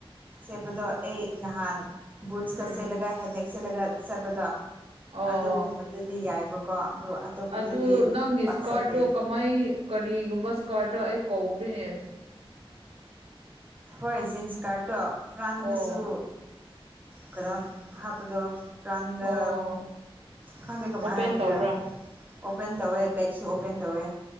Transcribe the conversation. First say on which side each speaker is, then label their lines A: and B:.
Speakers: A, on the right (about 15°); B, on the right (about 85°).
A: ꯁꯦꯠꯄꯗꯣ ꯑꯩ ꯅꯍꯥꯟ ꯕꯨꯠꯁꯀ
B: ꯎꯝ
A: ꯁꯦꯠꯂꯒ ꯍꯦꯗꯦꯛ ꯆꯠꯂꯒ ꯆꯠꯄꯗꯣ
B: ꯑꯣ
A: ꯑꯗꯨꯒꯨꯝꯕꯗꯨꯗꯤ ꯌꯥꯏꯕꯀꯣ ꯑꯗꯨ ꯑꯇꯣꯞꯄꯗꯗꯤ
B: ꯑꯗꯨ ꯅꯪꯒꯤ
A: ꯄꯥꯛ
B: ꯁ꯭ꯀꯔꯠꯗꯣ
A: ꯆꯠꯇꯦ
B: ꯀꯃꯥꯏ ꯀꯔꯤꯒꯨꯝꯕ ꯁ꯭ꯀꯔꯠꯗꯣ ꯑꯩ ꯀꯥꯎꯈ꯭ꯔꯦꯅꯦ
A: ꯍꯣꯏ ꯖꯤꯟꯁ ꯁ꯭ꯀꯔꯠꯇꯣ ꯐ꯭ꯔꯥꯟꯗꯁꯨ
B: ꯑꯣ
A: ꯀꯩꯅꯣ ꯍꯥꯞꯄꯗꯣ ꯐ꯭ꯔꯥꯟꯗ
B: ꯑꯣ
A: ꯈꯪꯗꯦ ꯀꯃꯥꯏ
B: ꯑꯣꯄꯦꯟ
A: ꯍꯥꯏꯗꯣꯏꯔ
B: ꯇꯧꯕ꯭ꯔꯥ
A: ꯑꯣꯄꯟ ꯇꯧꯋꯦ ꯕꯦꯛꯁꯨ ꯑꯣꯄꯟ ꯇꯧꯋꯦ